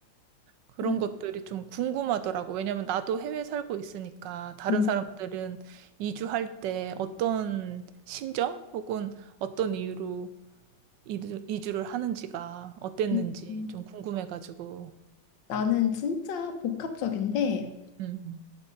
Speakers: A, on the right; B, on the left.
A: 그런
B: 음,
A: 것들이 좀 궁금하더라고. 왜냐면 나도 해외에 살고 있으니까 다른
B: 음,
A: 사람들은 이주할 때 어떤 심정 혹은 어떤 이유로 이주, 이주를 하는지가 어땠는지
B: 음, 음.
A: 좀 궁금해가지고.
B: 나는 진짜 복합적인데,
A: 음.